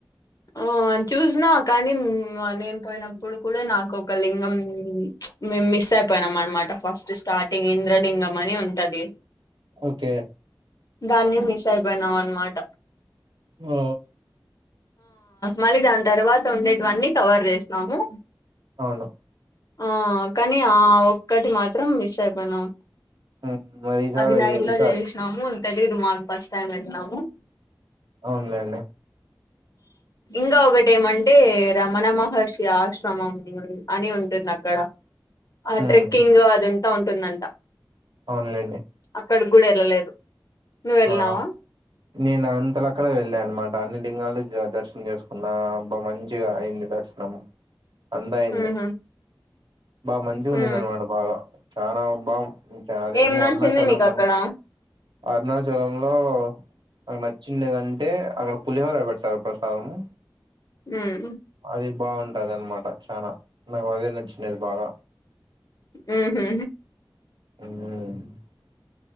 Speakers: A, on the left; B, on the right.
A: ఆ చూసినా కానీ నేను పోయినప్పుడు కూడా నాకు ఒక లింగం మిస్ మస్ అయిపోయినాం అనమాట ఫస్ట్ స్టార్టింగ్ ఇంద్రలింగం అని ఉంటది
B: ఓకే
A: దాన్ని మిస్ అయిపోయినాం అన్నమాట
B: ఓ
A: మళ్ళీ దాని తర్వాత ఉండేటివన్నీ కవర్ చేసన్నాాము
B: అవును
A: ఆ కానీ ఆ ఒక్కటి మాత్రం మిస్ అయిపోయినాం
B: హ్మ్. మరి ఈసారి
A: అది నైట్లా
B: ఈసారి
A: చేసినాము తెలీదు మాకు బస్టాండ్ వెళ్ళినాము
B: అవునులేండి
A: ఇంకా ఒకటేమంటే రమణ మహర్షి ఆశ్ ఆశ్రమం అని ఉంటుంది అక్కడ ఆ
B: హ్మ్.
A: ట్రెక్కింగ్ అదంతా ఉంటుందంట
B: అవునులేండి
A: అక్కడికి కూడా వెళ్ళలేదు నువ్వు వెళ్ళినావా
B: ఆ నేను అంతలక్కడ వెళ్ళా అనమాట అన్ని లింగాలు దర్శనం చేసుకున్నా బా మంచిగా అయింది దర్శనము అంతా అయింది
A: ఉహు
B: బా మంచిగా ఉండింది
A: ఉ
B: అనమాట బాగా చానా బా ఇంకా అదేమి
A: ఏం నచ్చింది
B: అరుణాచలం
A: నీకు అక్కడ
B: అని అరుణాచలంలో అక్కడ నచ్చిండేదంటే అక్కడ పులిహోర పెడతారు ప్రసాదము
A: హ్మ్
B: అది బావుంటది అన్నమాట చానా నాకు అదే నచ్చినది బాగా
A: ఊహూ
B: హ్మ్